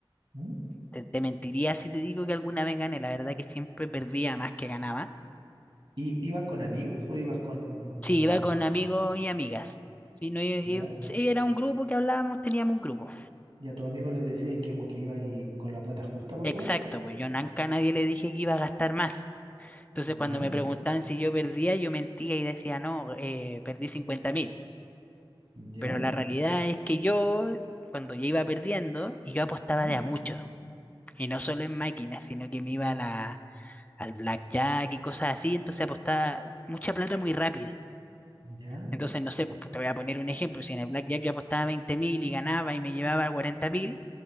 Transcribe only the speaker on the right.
¿Mm?
¿Y ibas con amigos o ibas con
alguien
más?
Ya.
ya tu amigo le decías que como que iba y con la plata justa para
jugar?
Ya,
ya,
¿Mm?
ya.